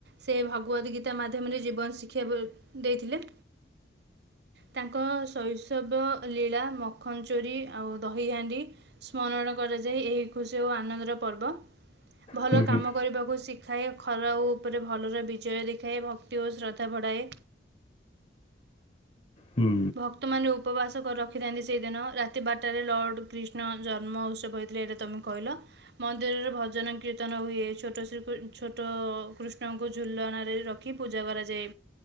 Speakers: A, on the right; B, on the left.
A: ସେ ଭଗବତୀ ଗୀତା ମାଧ୍ୟମରେ ଜୀବନ ଶିକ୍ଷା ଦେଇଥିଲେ। ତାଙ୍କ ଶୈଶବ ଲୀଳା ମଖନ୍ ଚୋରି ଆଉ ଦହିହାଣ୍ଡି। ସ୍ମରଣ କରାଯାଏ ଏହି ଖୁସି ଆଉ ଆନନ୍ଦର ପର୍ବ ଭଲ
B: ହୁଁ ହୁଁ
A: କାମ କରିବାକୁ ଶିକ୍ ଖାଏ ଖରା ଉପରେ ଭଲର ବିଜୟ ଦେଖାଏ ଭକ୍ତି ଓ ଶ୍ରଦ୍ଧା ବଢ଼ାଏ।
B: ହୁଁ
A: ଭକ୍ତମାନେ ଉପବାସ କର। ରଖିଥାନ୍ତି ସେଇଦିନ ରାତି ବାରଟାରେ ଲର୍ଡ କ୍ରିଷ୍ଣ ଜନ୍ମ ଉତ୍ସବ ହେଇଥିଲେ। ଏଇଟା ତମେ କହିଲ। ମନ୍ଦିରରେ ଭଜନ କୀର୍ତ୍ତନ ହୁଏ। ଛୋଟ ଶ୍ରୀ ଛୋଟ କୃଷ୍ଣଙ୍କୁ ଝୁଲଣାରେ ର ଖି ପୂଜା କରାଯାଏ।